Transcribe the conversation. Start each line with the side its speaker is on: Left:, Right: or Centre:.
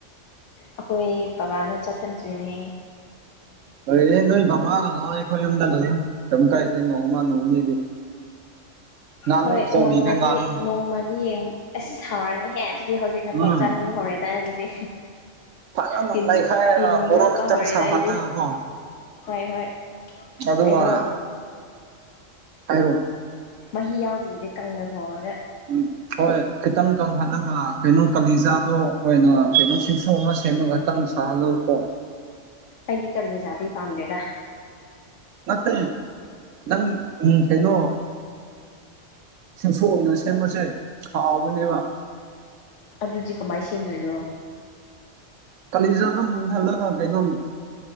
Left: ꯑꯩꯈꯣꯏ ꯕꯕꯥꯅ ꯆꯠꯊꯗ꯭ꯔꯤꯅꯦ
Right: ꯂꯩ ꯅꯣꯏ ꯕꯕꯥꯒ ꯂꯥꯛꯑꯣ ꯑꯩꯈꯣꯏ ꯌꯨꯝꯗ ꯂꯩꯥꯛꯌꯨ ꯀꯔꯤꯝ ꯀꯥꯏꯗꯦ ꯅꯣꯡꯃ ꯅꯣꯡꯅꯤꯗꯤ <inaudible>
Left: ꯍꯣꯏ
Right: ꯊꯣꯡꯕꯤꯒꯦ
Left: ꯅꯣꯡꯃꯗꯤ
Right: ꯉꯥꯅꯨ
Left: ꯅꯣꯡꯃꯗꯤ ꯌꯦꯡ ꯑꯁ ꯁꯥꯎꯔꯅꯤꯍꯦ ꯑꯗꯨ ꯍꯧꯖꯤꯛꯅꯐꯥꯎ
Right: ꯎꯝ
Left: ꯆꯥꯅꯤꯡꯕ ꯍꯧꯔꯛꯦꯇꯥꯔꯦ ꯑꯗꯨꯗꯤ
Right: ꯐꯖꯅ
Left: ꯇꯤꯟ
Right: ꯅꯩꯈꯥꯏꯔꯒ
Left: ꯇꯤꯟ
Right: ꯃꯣꯔꯣꯛ
Left: ꯌꯣꯠꯄ
Right: ꯈꯤꯇꯪ
Left: ꯍꯧꯔꯦꯗ
Right: ꯁꯥꯍꯜꯂꯒꯀꯣ
Left: ꯑꯩꯗꯤ ꯍꯣꯏ ꯍꯣꯏ
Right: ꯆꯗꯨ
Left: ꯀꯩꯅꯣ
Right: ꯋꯥꯅ ꯍꯥꯏꯔꯣ
Left: ꯃꯍꯤ ꯌꯥꯎꯗ꯭ꯔꯤꯉꯗ ꯀꯪꯅ ꯊꯣꯡꯉꯒ
Right: ꯎꯝ ꯍꯣꯏ ꯈꯤꯇꯪ ꯀꯪꯍꯜꯂꯒ ꯀꯩꯅꯣ ꯀꯥꯂꯤꯖꯥꯗꯣ ꯑꯣꯏꯅ ꯀꯩꯅꯣ ꯁꯤꯡꯁ ꯑꯃ ꯁꯦꯝꯃꯒ ꯈꯤꯇꯪ ꯁꯥꯍꯜꯂꯨꯀꯣ
Left: ꯑꯩꯗꯤ ꯀꯔꯤꯅꯖꯥꯗ ꯄꯥꯝꯗꯦꯗ
Right: ꯅꯠꯇꯇꯩ ꯅꯪ ꯎꯝ ꯀꯩꯅꯣ ꯁꯤꯡꯐꯣꯛ ꯑꯣꯏꯅ ꯁꯦꯝꯕꯁꯦ ꯍꯥꯎꯕꯅꯦꯕ
Left: ꯑꯗꯨꯗꯤ ꯀꯃꯥꯏ ꯁꯦꯝꯗꯣꯏꯅꯣ?
Right: ꯀꯂꯤꯖꯥꯗꯨ ꯃꯨꯟꯍꯜꯂꯒ ꯀꯩꯅꯣ ꯎꯝ